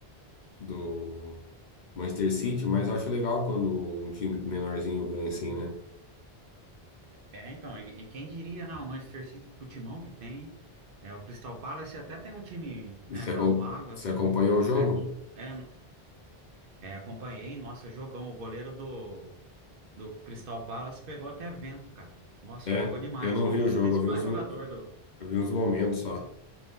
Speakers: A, on the left (about 50°); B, on the right (about 65°).
A: do Manchester City, mas eu acho legal quando um time menorzinho ganha assim, né?
B: É, então, e, e quem diria, não? O Manchester City, com o timão que tem, é, o Crystal Palace até tem um time, né,
A: E você,
B: razoável,
A: acom-
B: assim,
A: você acompanhou o jogo?
B: mas. não- É, não- é, acompanhei, nossa, jogão, o goleiro do. do Crystal Palace pegou até vento, cara. Nossa,
A: É,
B: jogou demais.
A: eu não
B: Foi
A: vi
B: um dos
A: o jogo,
B: principais
A: eu vi uns,
B: jogadores do.
A: eu vi uns momentos só.